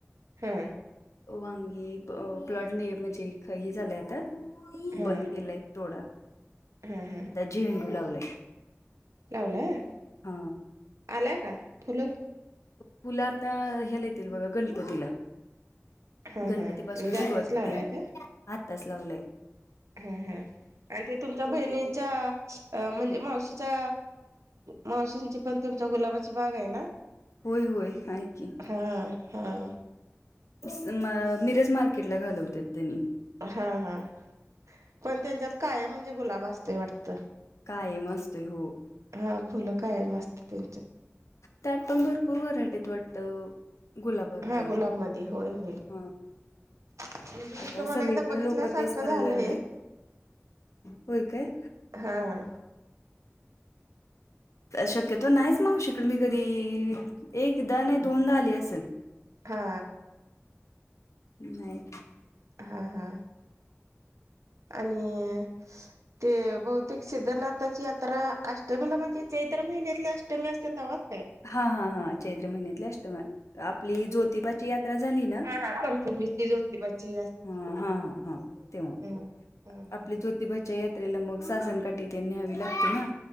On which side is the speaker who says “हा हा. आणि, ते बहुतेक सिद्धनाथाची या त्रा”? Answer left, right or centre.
Right